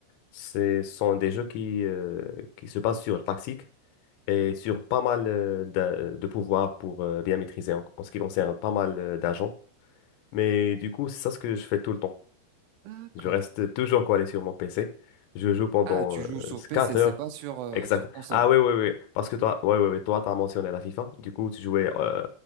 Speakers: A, on the left; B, on the right.
A: C'est- Ce sont des jeux qui, euh, qui se basent sur le tactique et sur pas mal euh, d'a- de pouvoirs pour euh, bien maîtriser en, en ce qui concerne pas mal euh, d'agents. Mais du coup, c'est ça ce que je fais tout le temps.
B: d'accord.
A: Je reste toujours collé sur mon PC. Je joue pendant
B: Ah, tu
A: euh,
B: joues sur PC,
A: 4
B: c'est
A: heures.
B: pas sur, euh,
A: Exact.
B: sur console.
A: Ah oui, oui, oui. Parce que toi, ouais, ouais, ouais, toi, tu as mentionné la FIFA. Du coup, tu jouais euh,